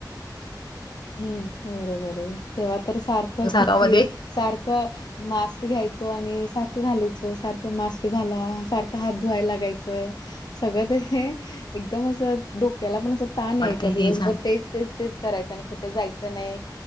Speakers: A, on the left; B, on the left.
A: ह बरोबर आहे तेव्हा तर सारखं
B: जगामध्ये
A: किती सारखं मास्क घ्यायचो आणि सारखं घालायचो सारखं मास्क घाला सारखं हात धुवायला लागायचं सगळं ते एकदम असं डोक्याला पण असं ताण यायच
B: वाटतं
A: दिवसभर
B: हे झालं
A: तेच तेच तेच करायच आणि कुठे जायचं नाही